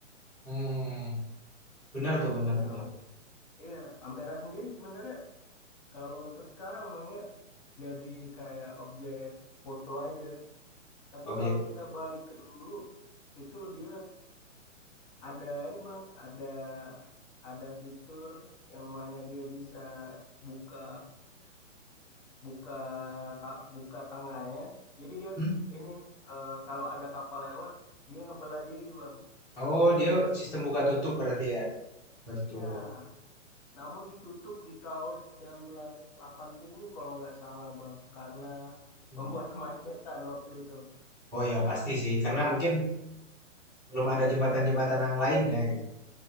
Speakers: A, in the centre; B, on the left.
A: Hmm, benar tuh benar
B: Nah,
A: benar.
B: Am- iya Ampera sendiri sebenarnya kalau untuk sekarang Mang ya jadi kayak objek foto aja. Tapi
A: Objek.
B: kalau kita balik ke dulu, itu dia Ada ini Bang, ada ada fitur yang mana dia bisa buka buka ka- buka tengahnya. Jadi dia
A: Hmm.
B: ini eh, kalau ada kapal lewat, dia ngebelah diri Bang.
A: Oh dia sistem buka tutup berarti ya, buka tutup.
B: Iya, namun ditutup di tahun 1980 kalau nggak salah Bang, karena
A: Hmm.
B: membuat <laughs> kemacetan waktu itu.
A: Oh ya pasti sih karena mungkin belum ada jembatan-jembatan yang lain ya gitu.